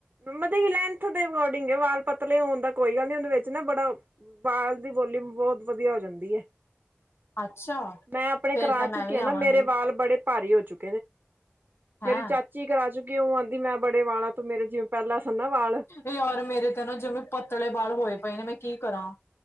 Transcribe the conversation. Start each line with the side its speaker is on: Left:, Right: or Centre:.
Right: ਮਤਲਬ ਲੈਂਥ ਦੇ ਅਕੋਰਡਿੰਗ ਵਾਲ ਪਤਲੇ ਹੋਣ ਦਾ ਕੋਈ ਗੱਲ ਨੀ ਉਹਦੇ ਵਿੱਚ ਨਾ ਬੜਾ ਬਾਲ ਦੀ ਵੋਲੀਮ ਬਹੁਤ ਵਧੀਆ ਹੋ ਜਾਂਦੀ ਏ।
Left: ਅੱਛਾ
Right: ਮੈਂ ਅਪਣੇ
Left: ਫੇਰ
Right: ਕਰਾ
Left: ਤਾਂ ਮੈਂ
Right: ਚੁੱਕਿਆ
Left: ਵੀ
Right: ਨਾ
Left: ਆਵਾਂਗੀ
Right: ਮੇਰੇ ਵਾਲ ਬੜੇ ਭਾਰੀ ਹੋ ਚੁੱਕੇ
Left: ਹੈਂ
Right: ਮੇਰੀ ਚਾਚੀ ਕਰਾ ਚੁੱਕੀ, ਉਹ ਆਂਦੀ ਮੈਂ ਬੜੇ ਵਾਲਾ ਤੋਂ ਮੇਰੇ ਜਿਵੇਂ ਪਹਿਲਾਂ ਸਨ ਨਾ ਵਾਲ
Left: ਏ ਯਾਰ, ਮੇਰੇ ਤੇ ਨਾ ਜਿਵੇਂ ਪਤਲੇ ਬਾਲ ਹੋਏ ਪਏ ਨੇ ਮੈਂ ਕੀ ਕਰਾ?